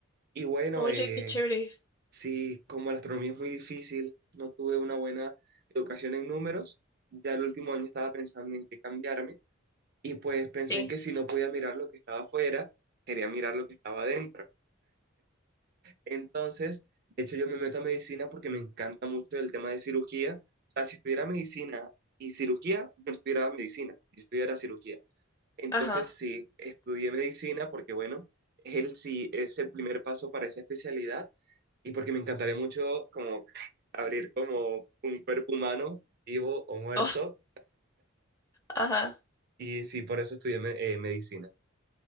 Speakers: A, on the right; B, on the left.
A: Y bueno,
B: Oye,
A: eh,
B: qué chévere.
A: sí, como la astronomía es muy difícil, no tuve una buena educación en números. Ya el último año estaba pensando en qué cambiarme y pues pensé
B: Sí.
A: en que si no podía mirar lo que estaba afuera, quería mirar lo que estaba adentro. Entonces, de hecho, yo me meto a medicina porque me encanta mucho el tema de cirugía. O sea, si estudiara medicina y cirugía, yo estudiara medicina, yo estudiara cirugía. Entonces,
B: Ajá.
A: sí, estudié medicina porque, bueno, es el, sí, es el primer paso para esa especialidad y porque me encantaría mucho como abrir como un cuerpo humano, vivo o muerto.
B: <laughs> Oh, ajá.
A: Y sí, por eso estudié me- eh, medicina.